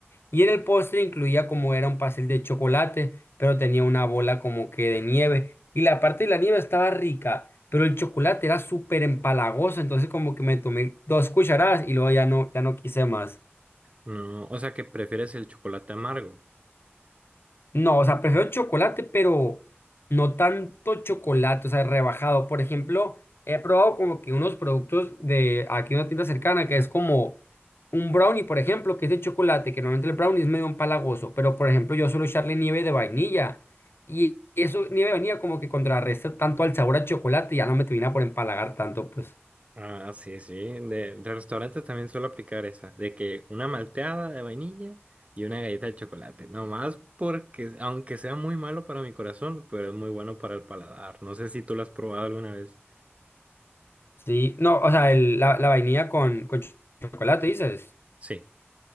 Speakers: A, on the left; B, on the right.
A: Y en el postre incluía como era un pastel de chocolate, pero tenía una bola como que de nieve. Y la parte de la nieve estaba rica, pero el chocolate era súper empalagoso, entonces como que me tomé dos cucharadas y luego ya no, ya no quise más.
B: No, o sea que prefieres el chocolate amargo.
A: No, o sea, prefiero chocolate, pero no tanto chocolate, o sea, rebajado. Por ejemplo, he probado como que unos productos de aquí una tienda cercana que es como un brownie, por ejemplo, que es de chocolate, que normalmente el brownie es medio empalagoso, pero por ejemplo, yo suelo echarle nieve de vainilla y eso, nieve de vainilla como que contrarresta tanto al sabor a chocolate y ya no me termina por empalagar tanto, pues.
B: Ah, sí, sí. De, de restaurantes también suelo aplicar esa, de que una malteada de vainilla y una galleta de chocolate. Nomás porque, aunque sea muy malo para mi corazón, pero es muy bueno para el paladar. No sé si tú lo has probado alguna vez.
A: Sí, no, o sea, el- la, la vainilla con, con ch- chocolate, dices.
B: Sí.